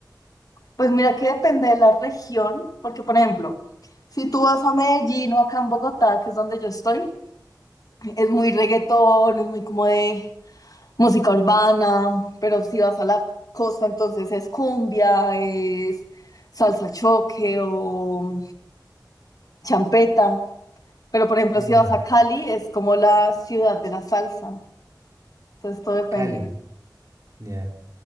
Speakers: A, on the left; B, on the right.
A: Pues mira que depende de la región, porque por ejemplo, si tú vas a Medellín o acá en Bogotá, que es donde yo estoy, es muy reggaetón, es muy como de música urbana, pero si vas a la costa, entonces es cumbia, es salsa choque o champeta. Pero por ejemplo, si
B: Ya.
A: vas a Cali, es como la ciudad de la salsa. Entonces todo depende.
B: Cali. Ya.